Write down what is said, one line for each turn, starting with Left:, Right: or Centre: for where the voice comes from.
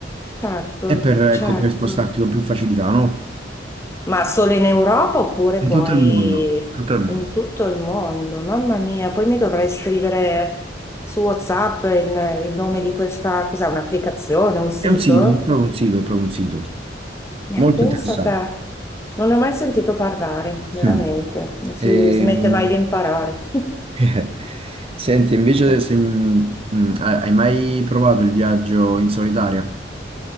Left: certo,
Right: e per, ecco,
Left: certo.
Right: per spostarti con più facilità, no?
Left: Ma solo in Europa oppure poi
Right: In tutto il mondo, tutto il mondo.
Left: in tutto il mondo? Mamma mia, poi mi dovrei scrivere su WhatsApp il, il nome di questa, cos'è, un'applicazione, un sito?
Right: È un sito, è proprio un sito, è proprio un sito.
Left: Ne
Right: Molto
Left: pensa
Right: interessante.
Left: a te. Non ne ho mai sentito parlare, veramente.
Right: Mm.
Left: Non si
Right: Ehm,
Left: smette mai di imparare.
Right: <laughs> Senti, invece
Left: <laughs>
Right: se, mm, hai hai mai provato il viaggio in solitaria?